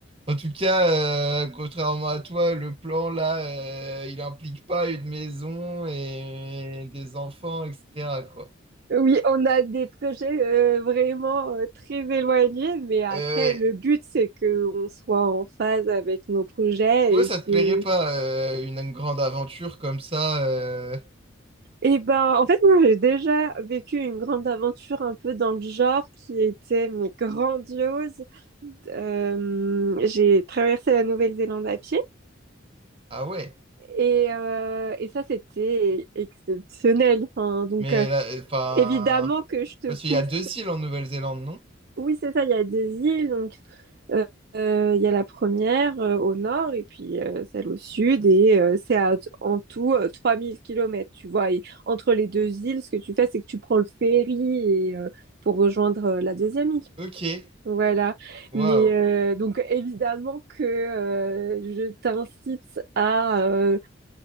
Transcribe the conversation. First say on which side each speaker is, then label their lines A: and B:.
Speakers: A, on the right; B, on the right.
A: En tout cas, euh, contrairement à toi, le plan là, euh, il implique pas une maison et des enfants, etc., quoi.
B: Oui, on a des projets euh, vraiment euh, très éloignés, mais après,
A: Euh, ouais.
B: le but, c'est qu'on soit en phase avec nos projets
A: Toi, ça
B: et
A: te
B: que...
A: plairait pas euh, une, une grande aventure comme ça euh,
B: Eh ben, en fait, moi, j'ai déjà vécu une grande aventure un peu dans le genre qui était, mais grandiose. Euh, j'ai traversé la Nouvelle-Zélande à pied
A: Ah ouais.
B: et, euh, et ça, c'était exceptionnel. Enfin, donc,
A: Mais
B: euh,
A: là, enfin,
B: évidemment que je te
A: parce
B: pousse.
A: qu'il y a deux îles en Nouvelle-Zélande, non?
B: Oui, c'est ça, il y a des îles, donc Euh, euh, il y a la première euh, au nord et puis euh, celle au sud et euh, c'est à- en tout euh, trois mille kilomètres tu vois. Et entre les deux îles, ce que tu fais, c'est que tu prends le ferry et, euh, pour rejoindre euh, la deuxième île.
A: Ok.
B: Voilà. Mais
A: Waouh.
B: euh, donc évidemment que euh, je t'incite à, euh,